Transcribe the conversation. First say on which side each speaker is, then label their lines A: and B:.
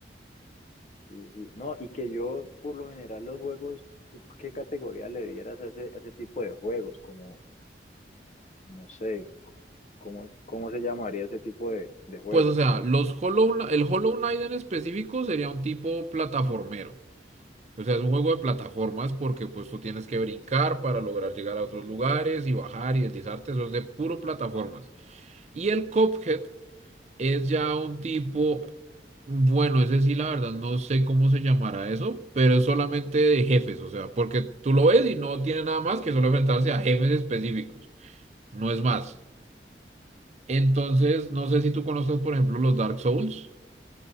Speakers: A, on the left; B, on the right.
A: sí, sí. No, y que yo, por lo general, los juegos, eh, ¿qué categoría le dieras a ese, a ese tipo de juegos? Como, no sé, c- ¿cómo, cómo se llamaría ese tipo de, de juegos?
B: Pues o sea, los Hollow, Kn- el Hollow Knight en específico sería un tipo plataformero. O sea, es un juego de plataformas porque pues tú tienes que brincar para lograr llegar a otros lugares y bajar y deslizarte. Eso es de puro plataformas. Y el Cuphead Es ya un tipo, bueno, ese sí, la verdad, no sé cómo se llamará eso, pero es solamente de jefes, o sea, porque tú lo ves y no tiene nada más que solo enfrentarse a jefes específicos, no es más. Entonces, no sé si tú conoces, por ejemplo, los Dark Souls.